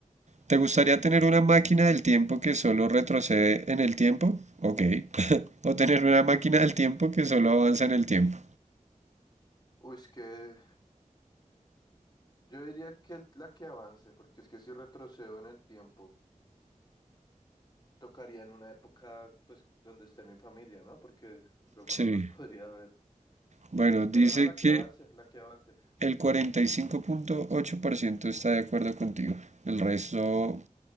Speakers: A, on the right; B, on the left.
A: ¿Te gustaría tener una máquina del tiempo que solo retrocede en el tiempo? Ok. <laughs> O tener una máquina del tiempo que solo avanza en el tiempo.
B: Uy, es que Yo diría que el- la que avance, porque es que si retrocedo en el tiempo, tocaría en una época, pues, donde esté mi familia, ¿no? Porque luego
A: Sí.
B: no los <laughs> podría ver.
A: Bueno,
B: Sí, pero
A: dice
B: no, la
A: que
B: que avance, la que avance.
A: el 45.8% está de acuerdo contigo. El resto